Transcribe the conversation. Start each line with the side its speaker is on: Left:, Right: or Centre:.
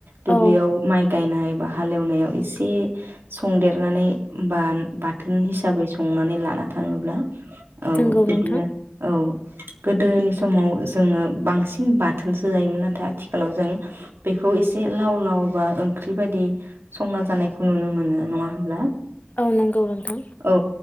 Right: दुब्लियाव
Left: औ
Right: माइ गायनाय। बा हालेवनायाव एसे संदेरनानै बा बाथोन हिसाबै संनानै लाना थांङोब्ला। औ
Left: नंगौ
Right: बिदिनो
Left: नोंथां
Right: औ। गोदोनि समाव जोङो बांसिन बाथोनसो जायोमोन नाथाय आथिखालाव जों बेखौ एसे लाव-लाव बा ओंख्रि बायदि संना जानाय नुनो मोनो नङा होनब्ला
Left: औ नंगौ नोंथां
Right: औ